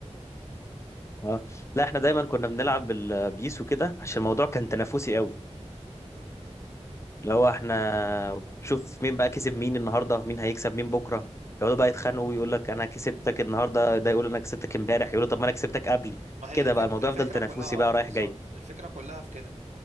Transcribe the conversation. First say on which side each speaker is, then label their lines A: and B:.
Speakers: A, on the left (about 25°); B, on the right (about 80°).
A: اه لا احنا دايما كنا بنلعب البيس وكده عشان الموضوع كان تنافسي قوي اللي هو احنا شوف مين بقى كسب مين النهارده مين هيكسب مين بكره يقعدوا بقى يتخانقوا ويقول لك انا كسبتك النهارده ده يقول انا كسبتك امبارح يقولوا طب ما انا كسبتك قبل
B: ما هي
A: كده
B: الفك...
A: بقى الموضوع
B: الفكرة
A: يفضل تنافسي
B: كلها اه
A: بقى
B: بالظبط
A: رايح جاي
B: الفكرة كلها في كده